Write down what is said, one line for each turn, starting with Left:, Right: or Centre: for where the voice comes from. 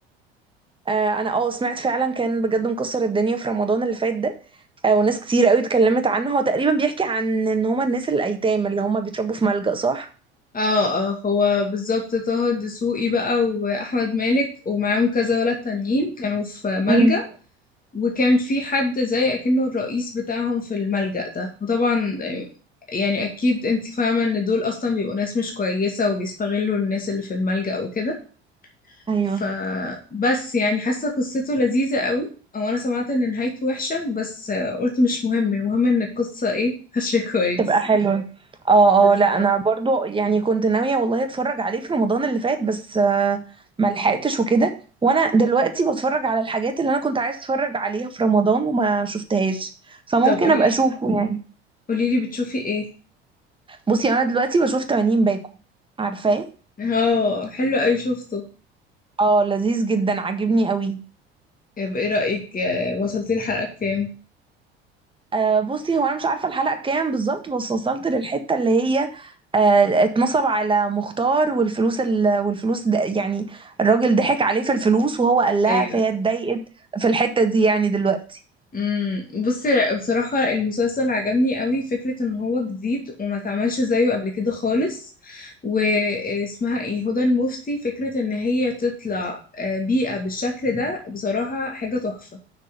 Right: آه انا اه سمعت فعلا كان بجد مكسر الدنيا في رمضان اللي فات ده آه وناس كتير قوي اتكلمت عنه هو تقريبا بيحكي عن ان هما الناس الايتام اللي هما بيتربوا في ملجأ صح
Left: اه اه هو بالظبط طه الدسوقي بقى وأحمد مالك ومعاهم كذا ولد تانيين كانوا في ملجأ
Right: امم
Left: وكان في حد زي اكنه الرئيس بتاعهم في الملجأ ده وطبعا آه، يعني اكيد انت فاهمة ان دول اصلا بيبقوا ناس مش كويسة وبيستغلوا الناس اللي في الملجأ وكده
Right: ايوه
Left: فبس يعني حاسة قصته لذيذة قوي او انا سمعت ان نهايته وحشة بس آه، قلت مش مهم المهم ان القصة ايه ماشية كويس
Right: تبقى حلوة
Left: <laughs>
Right: اه
Left: بالظبط
Right: اه لا انا برضو يعني كنت ناوية والله اتفرج عليه في رمضان اللي فات بس آه، ما لحقتش وكده وانا دلوقتي بتفرج على الحاجات اللي انا كنت عايز اتفرج عليها في رمضان وما شفتهاش فممكن
Left: طب قوليلي
Right: ابقى اشوفه يعني
Left: قوليلي بتشوفي ايه
Right: بصي انا دلوقتي بشوف 80 باكو عارفاه
Left: اه حلو قوي شفته
Right: اه لذيذ جدا عاجبني قوي
Left: طب ايه رأيك آه، وصلتي الحلقة كام
Right: آه بصي هو انا مش عارفه الحلقه كام بالظبط بس وصلت للحته اللي هي آه اتنصب على مختار والفلوس ال... والفلوس ده يعني الراجل ضحك عليه في الفلوس وهو قال لها
Left: ايوه
Right: فهي اتضايقت في الحته دي يعني دلوقتي
Left: امم بصي بصراحة المسلسل عجبني قوي فكرة ان هو جديد وما اتعملش زيه قبل كده خالص واسمها ايه هدى المفتي فكرة ان هي تطلع آه، بيئة بالشكل ده بصراحة حاجة تحفة